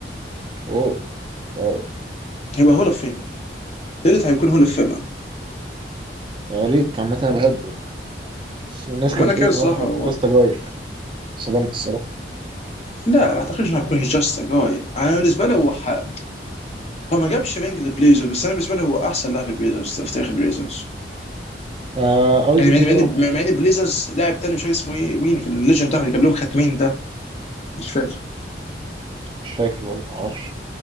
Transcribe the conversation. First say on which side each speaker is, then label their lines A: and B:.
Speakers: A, on the right; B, on the left.
A: واو واو
B: هيبقى هول اوف فيمر ليلارد هيكون هول اوف فيمر
A: يا ريت عامه انا بحبه يعني بس الناس
B: ما
A: كانت
B: انا
A: بتقول
B: كده الصراحه
A: ان هو
B: هو
A: باستا جاي صدمت الصراحه
B: لا ما اعتقدش انه هيكون جاست ا جاي انا بالنسبه لي هو ح... هو ما جابش رينج لبليزرز بس انا بالنسبه لي هو احسن لاعب في بليزرز في تاريخ البليزرز
A: آه ارجبلي
B: يعني مع
A: اه
B: ان مع ان بليزرز لاعب تاني مش فاكر اسمه ايه مين كان الليجند بتاعهم اللي جاب لهم خاتمين ده مش فاكر
A: مش فاكر والله ما اعرفش